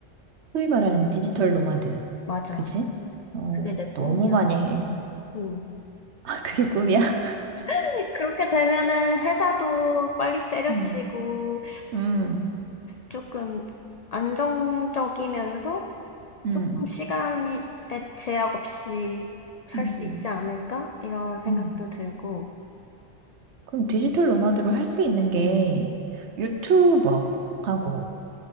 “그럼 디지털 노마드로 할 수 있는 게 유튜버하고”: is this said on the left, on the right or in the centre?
Right